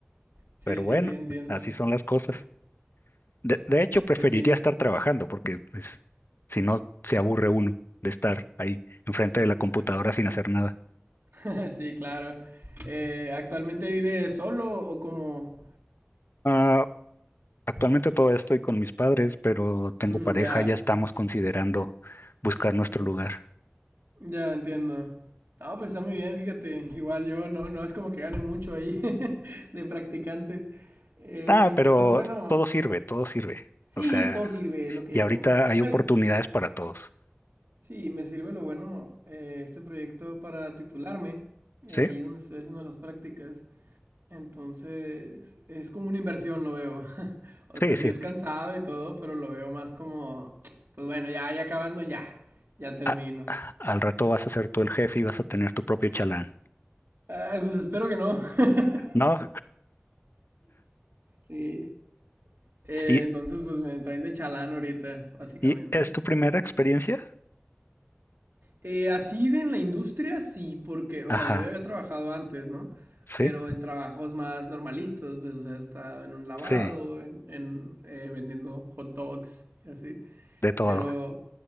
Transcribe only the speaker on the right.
Sí,
sí,
sí, entiendo.
Pues sí.
<laughs> Sí, claro. Eh, ¿actualmente vive solo o como?
Mm,
ya,
ya entiendo. No, pues está muy bien, fíjate. Igual yo no, no es como que gane mucho ahí <laughs> de practicante. Eh,
pero lo bueno,
sí,
todo sirve, es lo que
digo.
Pues
Sí, me sirve lo bueno eh, este proyecto para titularme,
eh, ahí donde estoy haciendo las prácticas. Entonces, es como una inversión, lo veo. <laughs> O
sea,
sí es cansado y todo, pero lo veo más como, pues bueno, ya, ya acabando, ya, ya termino.
Ah, pues espero que no. <laughs>
Sí. Eh,
entonces, pues me traen de chalán ahorita, básicamente.
Eh, así de en la industria, sí, porque, o
sea, yo ya había trabajado antes, ¿no?
Pero en trabajos más normalitos, pues, o sea, estaba en un lavado,
en, en, eh, vendiendo hot dogs y así.
Pero,